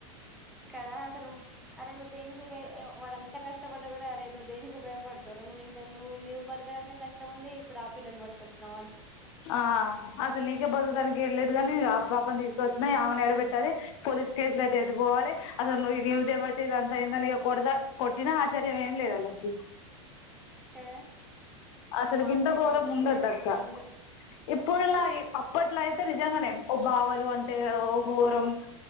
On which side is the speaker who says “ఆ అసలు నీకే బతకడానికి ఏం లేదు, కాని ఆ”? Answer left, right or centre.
Left